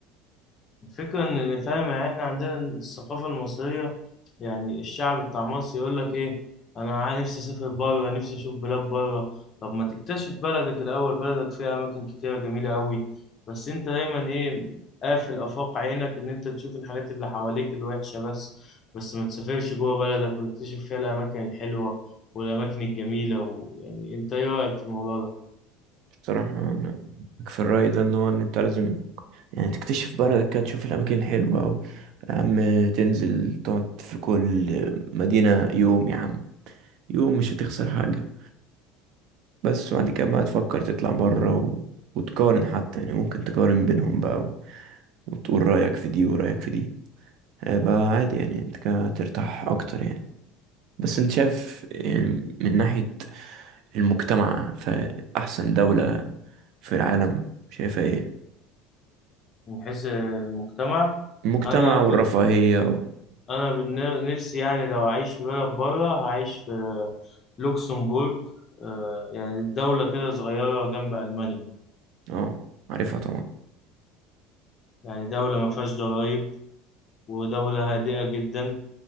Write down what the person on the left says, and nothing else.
الفكرة إن إن فاهم يعني إحنا عندنا الثقافة المصرية يعني الشعب بتاع مصر يقول لك إيه أنا عا- نفسي أسافر بره نفسي أشوف بلاد بره طب ما تكتشف بلدك الأول بلدك فيها أماكن كتيرة جميلة أوي بس أنت دايما إيه قافل آفاق عينك إن أنت تشوف الحاجات اللي حواليك الوحشة بس بس ما تسافرش جوه بلدك وتكتشف فيها الأماكن الحلوة والأماكن الجميلة ويعني أنت إيه رأيك في الموضوع ده
من حيث المجتمع
أنا
انا بالن- نفسي يعني لو اعيش في بلد بره هعيش في لوكسمبورغ آه، يعني دولة كده صغيرة جنب ألمانيا
يعني دولة ما فيهاش ضرايب ودولة هادئة جدا